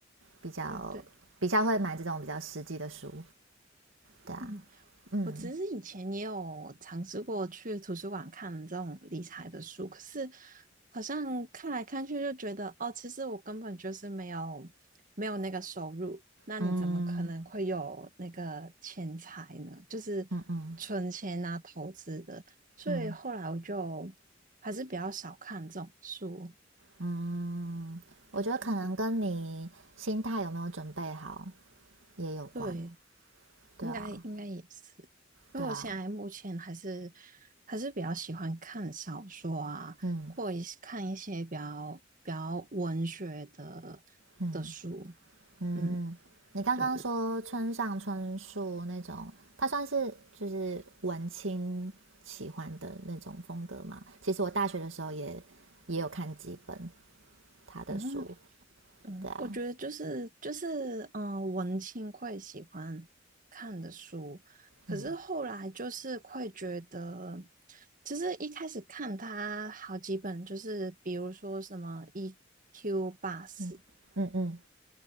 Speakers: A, on the right; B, on the right.
A: 比较比较会买这种比较实际的书，
B: 对对，
A: 对啊，
B: 嗯。
A: 嗯
B: 我其实以前也有尝试过去图书馆看这种理财的书，可是好像看来看去就觉得，哦，其实我根本就是没有没有那个收入，那你怎么可能会有那个钱财呢？
A: 嗯
B: 就是存钱啊、
A: 嗯嗯嗯，嗯
B: 投资的，所以后来我就还是比较少看这种书。
A: 嗯嗯，我觉得可能跟你心态有没有准备好
B: 对对对
A: 也有关。
B: 对。
A: 对啊，
B: 应该应该也是，因为我现在目前还是
A: 对啊，
B: 还是比较喜欢看小说啊，
A: 嗯
B: 或一些看一些比较比较文学的的书。
A: 嗯嗯。
B: 嗯，
A: 你刚刚说村上春树那种，
B: 对对对，
A: 他算是就是文青喜欢的那种风格嘛？其实我大学的时候也也有看几本他的书。
B: 嗯嗯，
A: 对啊，
B: 我觉得就是就是嗯、呃文青会喜欢看的书，可是后来就是会觉得，
A: 嗯
B: 其实一开始看它好几本，就是比如说什么 EQ 八四。
A: 嗯嗯嗯